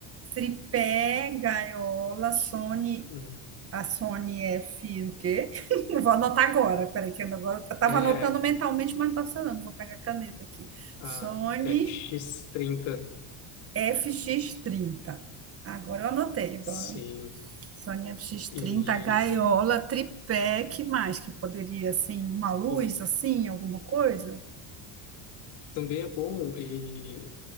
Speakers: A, on the right (about 30°); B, on the left (about 70°).
A: Tripé, gaiola, Sony,
B: uhum.
A: a Sony F, o quê? <laughs> Não Vou anotar agora, peraí, que eu agora eu tava
B: É,
A: anotando
B: é,
A: mentalmente, mas não tá funcionando. Vou pegar a caneta aqui.
B: a
A: Sony
B: fx trinta
A: FX30. Agora eu anotei, agora.
B: Sim.
A: Sony FX30,
B: E,
A: gaiola, tripé, que mais que eu poderia, assim, uma luz,
B: bom,
A: assim, alguma coisa?
B: também é bom e